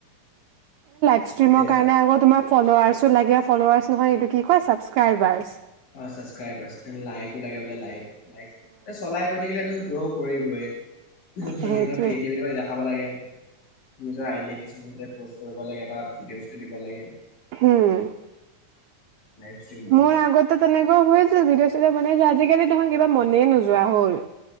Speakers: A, on the right; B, on the left.
A: ষ্ট্ৰিমৰ
B: তেনেকা
A: কাৰণে আকৌ তোমাৰ ফল'। <unintelligible> লাগে ফ'ল'ৱাৰ্ছ নহয় এইটো কি কয় ছাবস্ক্ৰাইবাৰ্ছ
B: অ' ছাবস্ক্ৰাইবাৰ্ছ, লাইকো লাগে বোলে লাইক। এ, চলাই গৈ থাকিলেটো গ্ৰ' কৰিবই। চ',
A: সেইটোৱে
B: নিজৰ ক্ৰিয়েটিভিটিবিলাক দেখাব লাগে। নিজৰ আইডিয়া কিছুমান প'ষ্ট কৰিব লাগে, বা ভিডিঅ'জটো দিব লাগে।
A: হম।
B: লাইভ ষ্ট্ৰীমবোৰ।
A: মোৰ আগতে তেনেকুৱা হৈছিল। ভিডিঅ'-চিডিঅ' মানে, যে আজিকালি দেখোন, কিবা মনেই নোযোৱা হ'ল।